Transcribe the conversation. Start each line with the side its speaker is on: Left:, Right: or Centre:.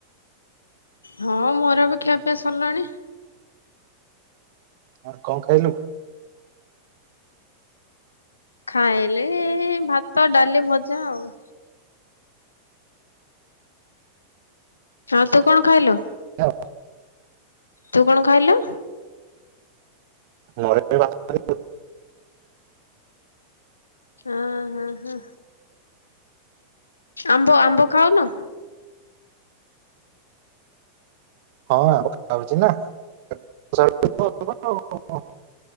Left: ହଁ ମୋର ବି ଖିଆ ପିଆ ସରିଲାଣି।
Right: ଆଉ କଣ ଖାଇଲୁ?
Left: ଖାଇଲି ଇ ଈ ଭାତ ଡାଲି ଭଜା ଆଉ। ଆଉ ତୁ କଣ ଖାଇଲୁ?
Right: ହ୍ୟ।
Left: ତୁ କଣ ଖାଇଲୁ?
Right: ମୋର ଏବେ ଭାତ <unintelligible>
Left: ଆ ହଁ ହଁ ଆମ୍ବ ଆମ୍ବ ଖାଉନୁ?
Right: ହଁ ଆମ୍ବ ଖାଉଚି ନା <unintelligible>